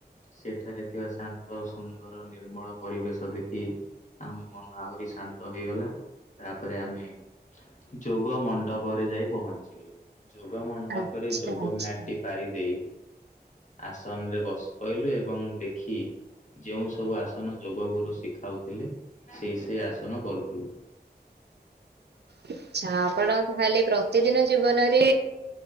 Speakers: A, on the left; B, on the right.
A: ସେଠାରେ ଥିବା ଶାନ୍ତ, ସୁନ୍ଦର, ନିର୍ମଳ ପରିବେଶ ଦେଖି ଆମ ମନ ଆହୁରି ଶାନ୍ତ ହେଇଗଲା। ତାପରେ ଆମେ ଯୋଗ ମଣ୍ଡପରେ ଯାଇ ପହଞ୍ଚିଲୁ। ଯୋଗ ମଣ୍ଡପରେ,
B: ଆଚ୍ଛା
A: ଯୋଗ
B: ଆଚ୍ଛା।
A: ମ୍ୟାଟ୍ ଟି ପାରି ଦେଇ ଆସନରେ ବସି ପଇଲି ଏବଂ ଦେଖି ଯେଉଁ ସବୁ ଆସନ ଯୋଗ ଗୁରୁ ଶିଖାଉଥିଲେ ସେଇ ସେ ଆସନ କରୁଥିଲୁ।
B: ଆଛା, ଆପଣ ତାହଲେ ପ୍ର ପ୍ରତିଦିନ ଜୀବନରେ,